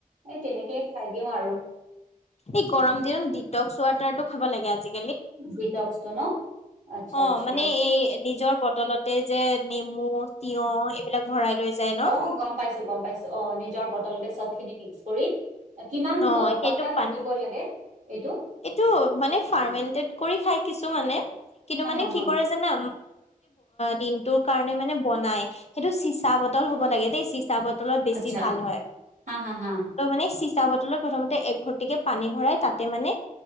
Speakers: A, on the right; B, on the left.
A: তেনেকে খাই দিওঁ আৰু
B: এই গৰম দিনত ডিটকচ ৱাটাৰটো খাব লাগে আজিকালি।
A: ডিটকসটো ন? আচ্ছা
B: অহ,
A: আচ্ছা
B: মানে এই নিজৰ বটলতে যে নেমু, তিয়হ এইবিলাক ভৰাই লৈ যায় ন
A: অহ, গম পাইছো -গম পাইছো অহ নিজৰ বটলতে চব খিনি মিক্স কৰি কিমান
B: অহ,
A: অ,
B: সেইটো
A: ঘন্টা
B: পান
A: থাকিব লাগে এইটো
B: এইটো মানে ফাৰ্ম কৰি খাই কিছু মানে কিন্তু
A: হা
B: মানে
A: হা
B: কি
A: হা
B: কৰে জানা দিনটোৰ কাৰণে মানে বনাই সেইটো চিচা বটল হ'ব লাগে দেই চিচা বটল তলত বেছি
A: আচ্ছা
B: ভাল হয়
A: হা হা হা
B: ত মানে চিচা বটলত প্ৰথমতে একঘটিকে পানী ভৰাই তাতে মানে